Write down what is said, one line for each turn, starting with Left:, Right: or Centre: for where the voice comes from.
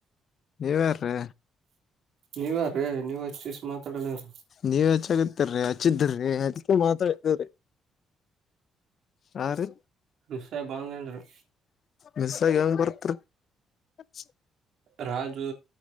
Left: ನೀವು ಯಾರ್ರೀ.
Right: ನೀವ ಯಾರೀ ನೀವ್ ಹಚ್ಿವಸ ಮಾತಾಡಲ್ಲಾರ.
Left: ನೀವ್ ಹೆಚ್ಚಾಗತ್ತರರಿ ಹಚ್ಚಿದ್ರಿ ಅದಕ್ಕೆ ಮಾತಾಡ್ತವ್ರೀ. ಹಾ ರೀ.
Right: ಮಿಸ್ಸಾಗಿ ಬಂದದ್ದೇನ್ರೀ.
Left: ಮಿಸ್ಸಾಗಿ ಹೆಂಗ್ ಬಂತ್ರಿ. ಅ <unintelligible>
Right: ರಾಜು